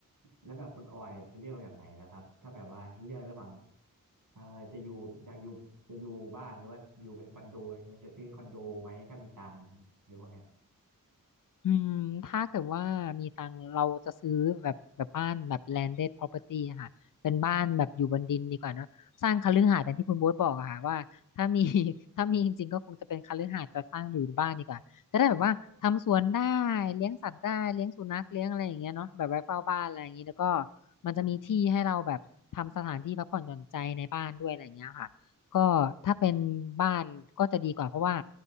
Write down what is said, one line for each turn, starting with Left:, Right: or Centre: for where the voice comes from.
Right: แล้วแบบคุณออยจะเลือกแบบไหนแล้วครับถ้าแบบว่าเลือกระหว่างเอ่อจะอยู่อยากอยู่จะอยู่บ้านหรือว่าอยู่เป็นคอนโดอย่างเงี้ยจะซื้อคอนโดไหมถ้ามีตังค์หรือพวกเนี้ย
Left: อืมถ้าเกิดว่ามีตังค์เราจะซื้อแบบแบบบ้านแบบ landed property อะค่ะเป็นบ้านแบบอยู่บนดินดีกว่าเนอะสร้างคฤหาสน์อย่างที่คุณโบ๊ทบอกอะค่ะว่าถ้ามี <laughs> ถ้ามีจริงๆก็คงจะเป็นคฤหาสน์แต่สร้างอยู่บ้านดีกว่าจะได้แบบว่าทำสวนได้เลี้ยงสัตว์ได้เลี้ยงสุนัขเลี้ยงอะไรอย่างเงี้ยเนาะแบบไว้เฝ้าบ้านอะไรอย่างงี้แล้วก็มันจะมีที่ให้เราแบบทำสถานที่พักผ่อนหย่อนใจในบ้านด้วยอะไรอย่างเงี้ยค่ะก็ถ้าเป็นบ้านก็จะดีกว่าเพราะว่า